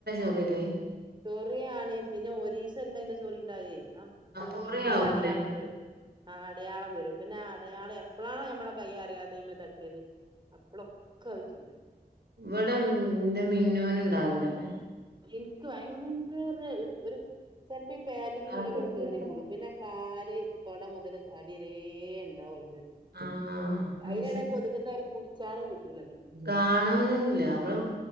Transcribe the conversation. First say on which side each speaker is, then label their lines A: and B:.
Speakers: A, on the right; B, on the right.
A: പറല്ലേ
B: ചൊറിയാണേ പിന്നെ ഒരീസം എന്താണ്ട് ചൊറി ഇണ്ടാവെ ആഹ് ചൊറിഞ്ഞോടത്ത്
A: മുറിയാവൂലേ
B: ഒരു അടയാളം വെരും. ആഹ് അടയാളം വെരും പിന്നെ അടയാളം എപ്പളാണോ നമ്മടെ കയിൽ അറിയാതെയ്മേ തട്ടിയത് അപ്പളൊക്കെ അത് ചൊറിയും.
A: ഇവെടെ എന്റെ മിന്നുനുണ്ടാവും <unintelligible>
B: എനിക്ക് വയങ്കര ഒരു ചെലപ്പോ ഈ പാൻന്റിലുള്ള
A: ആഹ്
B: കൊട് കേറിക്കുടും പിന്നെ. കാല് തൊട മുതല് അടിവെരേം ഒണ്ടാവും അയിന്റെത്.
A: ആഹ് അത്
B: അയിനാണെ കൊതുകിന്റൊര് പിടിച്ചാനും കിട്ടൂലല്ലോ.
A: കാണോണില്ല അവെള്